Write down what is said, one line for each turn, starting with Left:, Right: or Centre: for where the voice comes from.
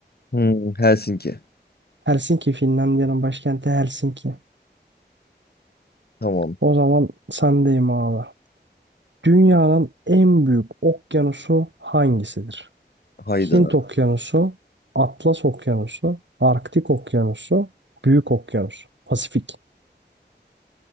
Left: Hmm, Helsinki.
Right: Helsinki Finlandiya'nın başkenti Helsinki.
Left: Tamam.
Right: O zaman sendeyim abi. Dünyanın en büyük okyanusu hangisidir?
Left: Hayda.
Right: Hint Okyanusu, Atlas Okyanusu, Arktik Okyanusu, Büyük Okyanus, Pasifik.